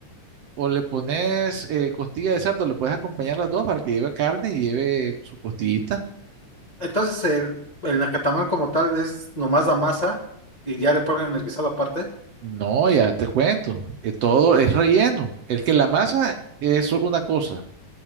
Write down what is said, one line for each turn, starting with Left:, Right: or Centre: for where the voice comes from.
Right: o le pones eh, costilla de cerdo, le puedes acompañar las dos para que lleve carne y lleve su costillita.
Left: Entonces el, el nacatamal como tal es nomás la masa y ya le ponen el guisado aparte.
Right: No, ya te cuento, eh, todo es relleno. Es que la masa es una cosa